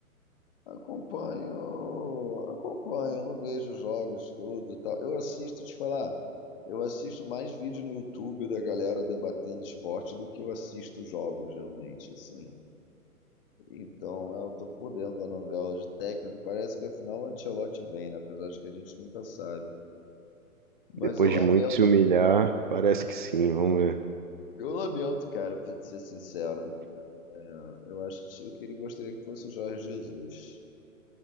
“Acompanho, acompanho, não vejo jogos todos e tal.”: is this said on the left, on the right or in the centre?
Left